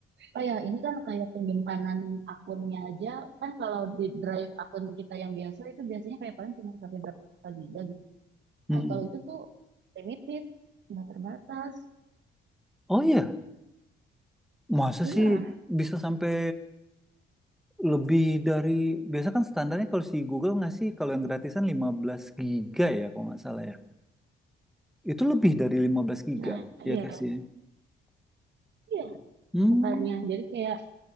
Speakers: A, on the right; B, in the centre.
A: apa ya ini kan kayak penyimpanan akunnya aja kan kalau di drive akun kita yang biasa itu biasanya kayak paling cuma sampai berapa giga gitu.
B: mhm.
A: Nah kalau itu tuh limited, nggak terbatas.
B: Oh iya, masa
A: Iya,
B: sih bisa sampai lebih dari biasa kan standarnya kalau si Google ngasih kalau yang gratisan 15 giga ya kalau nggak salah ya. Itu lebih dari lima belas giga
A: Nah, iya,
B: ya kasih. ya.
A: iya,
B: Hmm,
A: makanya. Jadi kayak